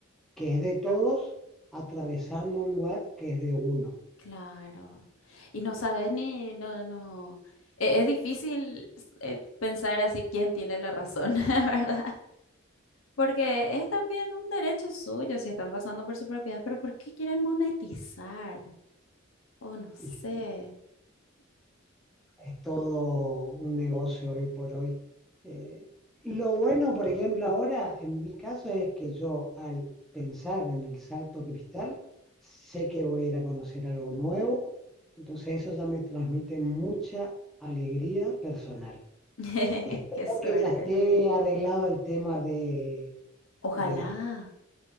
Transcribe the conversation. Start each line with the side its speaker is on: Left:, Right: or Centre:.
Centre: que es de todos, atravesando un lugar que es de uno.
Left: Claro. Y no sabes ni, no, no. e- Es, difícil eh, pensar así quién tiene la razón, <laughs> ¿verdad? Porque es también un derecho suyo si están pasando por su propiedad, pero ¿por qué quieren monetizar? O no sé.
Centre: Y es todo un negocio hoy por hoy. Eh, lo bueno, por ejemplo, ahora en mi caso es que yo al pensar en el salto cristal, sé que voy a ir a conocer algo nuevo, entonces eso ya me transmite mucha alegría personal.
Left: <laughs>
Centre: Espero
Left: Qué suerte.
Centre: que ya esté arreglado el tema de,
Left: Ojalá.
Centre: de los,